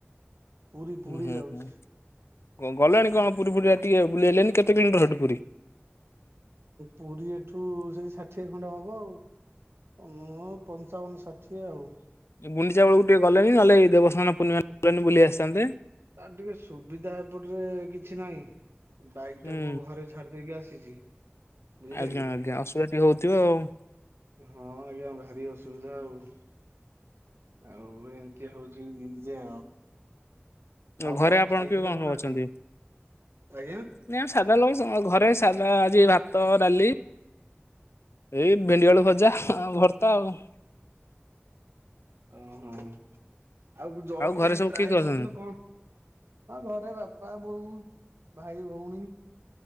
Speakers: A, on the right; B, on the left.
A: ପୁରୀ ପୁରୀ
B: ହୁଁ
A: ଯାଉଛି
B: ହୁଁ, ଗଲେଣି କଣ ପୁରୀ ଫୁୁରଆ ଟିକେ ବୁଲିଆଲେଣିି କେତେ କିଲୋମିଟର ସେଠି ପୁରୀ?
A: ପୁରୀ ଏଠୁ ସେଇ ଷାଠିଏ ଖଣ୍ଡେ ହବ ଆଉ। ପନ ପଞ୍ଚାବନ ଷାଠିଏ ଆଉ।
B: ଗୁଡିଚା ବେଳକୁ ଟିକେ ଗଲେଣି ନହେଲେ ଦେବସ୍ନ ପୂର୍ଣିମା ଗଲେଣି ବୁଲି ଆସିଥାନ୍ତେ।
A: ଆ ଟିକେ ସୁବିଧା ଏପଟରେ କିଛି ନାହିଁ। ବାଇକ୍
B: ହୁଁ।
A: ଟାକୁ ଘରେ ଛାଡ଼ିଦେଇକି ଆସିଛି। ବୁଝିଲେ
B: ଆଜ୍ଞା
A: କି।
B: ଆଜ୍ଞା। ଅସୁବିଧା ଟିକେ ହୋଉଥିବ ଆଉ?
A: ହଁ ଆଜ୍ଞା ଭାରି ଅସୁବିଧା ଆଉ। ଆଉ ଏମିତି ହଉଛି ନିଜେ ଆଉ। ଆଉ
B: ଘରେ
A: କଣ
B: ଆପଣ
A: ଖାଇଥିଲେ
B: କିଏ କଣ ସବୁ ଅଛନ୍ତି?
A: ଆଜି ଆଜ୍ଞା
B: ନାଇଁ ଆମେ ସାଧା ଲୁ ଘରେ ସାଧା ଆଜି ଭାତ ଡାଲି ଏଇ ବେଣ୍ଡିଆଳୁ ଭଜା ଆଉ ଭର୍ତ୍ତା ଆଉ।
A: ଓହୋ ଆଉ ଜବ୍
B: ଘରେ
A: ପାଇଁ
B: ସବୁ
A: ଟ୍ରାଏ
B: କିଏ କିଏ ଅଛନ୍ତି?
A: କରୁଥିଲ କଣ ମୋ ଘରେ ବାପା ବୋଉ ଭାଇ ଭଉଣୀ।